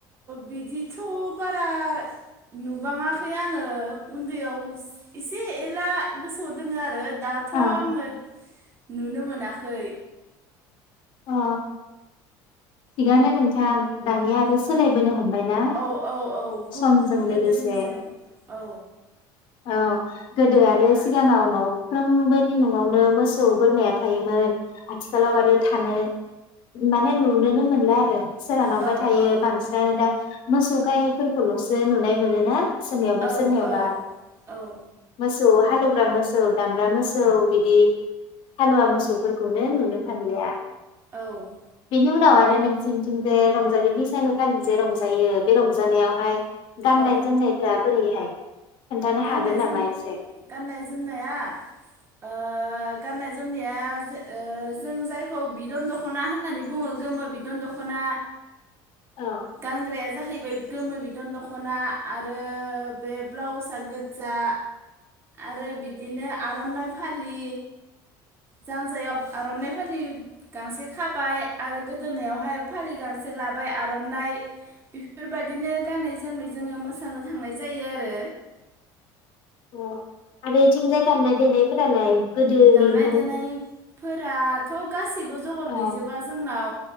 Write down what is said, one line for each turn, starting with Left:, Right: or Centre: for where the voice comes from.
Right: बिदिथ' बारा नुबाङाखै आङो उन्दैयाव एसे एला गोसोआव दोङो आरो दाथ'
Left: अ
Right: आङो नुनो मोनाखै
Left: अ थिगानो नोंथां दानिया आरो
Right: उम
Left: सोलायबोनो हमबायना
Right: औ औ औ
Left: समजों
Right: गोदोनिजों
Left: लोगोसे।
Right: औ
Left: अ गोदो आरो
Right: अब्ला
Left: सिगांआव न साफ्रोमबोनि न'आवनो मोसौ बोरमाया थायोमोन। आथिखालाव
Right: औ
Left: आरो थानो माने नुनोनो मोनला आरो सोरहानावा
Right: औ औ
Left: थायो बांसिनानो दा। मोसौ गायफोरखौल'सो नुनाय मोनो ना। सोरनियावबा
Right: औ
Left: सोरनियावबा।
Right: औ औ
Left: मोसौ मोसौ हालौवग्रा मोसौ दामब्रा मोसौ बिदि हालुवा मोसौफोरखौनो नुनो थांलिया।
Right: औ
Left: बिनि उनाव आ नोंसनिथिं जे रंजालि बैसागो खालि जे रंजायो बे रंजानायावहाय गाननाय
Right: औ
Left: जोमनायफ्रा बोरैहाय खोन्थानो
Right: गाननाय
Left: हागोन नामा
Right: जोम
Left: एसे
Right: गाननाय जोमनाया ओ गाननाय जोमनाया जों जायखौ बिदन दख'ना होननानै बुङो गोमो बिदन दख'ना
Left: आरो
Right: गानग्राया जाहैबाय गोमो बिदन दख'ना आरो। बे ब्लावसा गोजा आरो बिदिनो आर'नाइ फालि जानजायाव आर'ननाइ। <unintelligible> खाबाय आरो गोदोनायावहाय फालि गांसे लाबाय। बाय आर'नाइ बेफोरबायदिनो गानै जोमै जोङो मोसानो थांनाय जायो आरो।
Left: अ आरो एथिंजाय दामनाय देनायफोरालाय गोदोनिनो
Right: दामनाय देनायफोराथ' गासिबो जगार
Left: औ
Right: गैजोबा जोंनाव